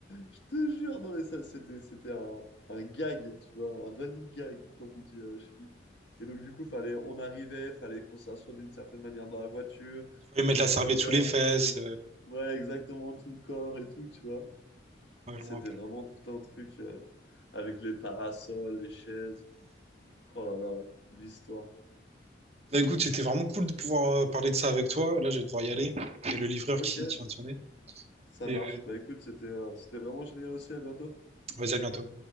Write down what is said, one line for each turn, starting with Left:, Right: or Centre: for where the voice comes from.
Left: Je te jure, non mais ça, c'était, c'était un, un gag, tu vois, un running gag, comme on dit euh, chez nous. Et donc du coup, fallait, on arrivait, fallait qu'on s'assoie d'une certaine manière dans la voiture,
Right: Fallait mettre
Left: ils nous
Right: la serviette
Left: frottaient
Right: sous les
Left: un
Right: fesses.
Left: peu,
Right: euh.
Left: ouais, exactement tout le corps et tout, tu vois.
Right: Ouais,
Left: C'était
Right: je me rappelle.
Left: vraiment tout un truc euh, avec les parasols, les chaises. Oh là là, l'histoire.
Right: Bah écoute, c'était vraiment cool de pouvoir euh, parler de ça avec toi. Là, je vais devoir y aller. Et le livreur
Left: Ok,
Right: qui, qui vient de sonner.
Left: ça
Right: Et
Left: marche.
Right: euh,
Left: Bah écoute, c'était euh, c'était vraiment génial aussi, à bientôt.
Right: vas-y, à bientôt.